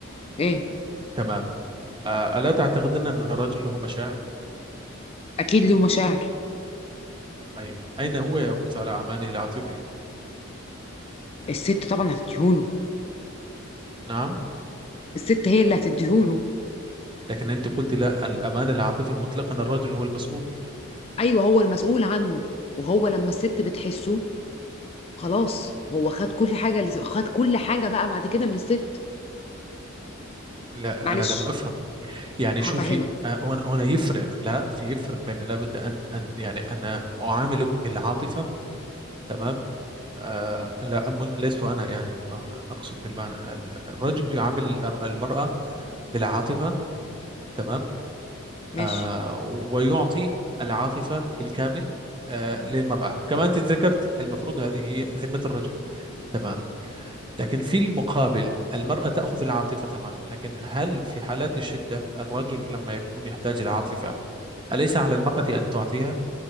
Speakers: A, on the left (about 30°); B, on the right (about 25°).
A: إيه؟
B: تمام آه ألا تعتقدين أن الرجل له مشاعر
A: أكيد له مشاعر
B: طيب أين هو يأخذ على أعماله العاطفية
A: الست طبعا هتديهوله
B: نعم
A: الست هي اللي هتديهوله
B: لكن أنت قلت لا الأمان العاطفي مطلقا الرجل هو المسؤول
A: أيوه هو المسؤول عنه وهو لما الست بتحسه خلاص هو خد كل حاجة اللي خد كل حاجة بقى بعد كده من الست
B: لا
A: معلش
B: أنا لم أفهم يعني
A: هفهمك
B: شوفي آه، هنا هنا يفرق لا في يفرق بين لابد أن أن يعني أنا أعاملك بالعاطفة تمام آه لا أم- لست أنا يعني آه، أقصد بالمعنى ال- الرجل يعامل ال- المرأة بالعاطفة تمام
A: ماشي
B: آه ويعطي العاطفة بالكامل آه للمرأة كما أنت ذكرت المفروض هذه هي ذمة الرجل تمام لكن في المقابل المرأة تأخذ العاطفة تمام لكن هل في حالات الشدة الرجل لما يكون يحتاج العاطفة أليس على المرأة أن تعطيها